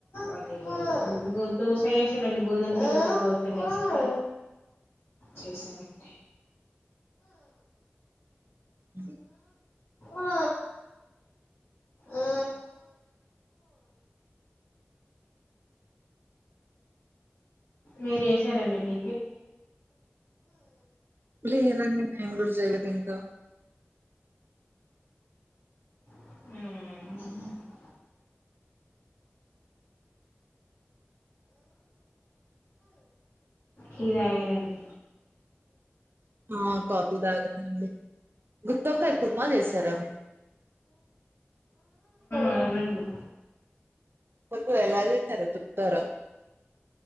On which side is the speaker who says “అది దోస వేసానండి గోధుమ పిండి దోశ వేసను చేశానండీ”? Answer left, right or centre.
Left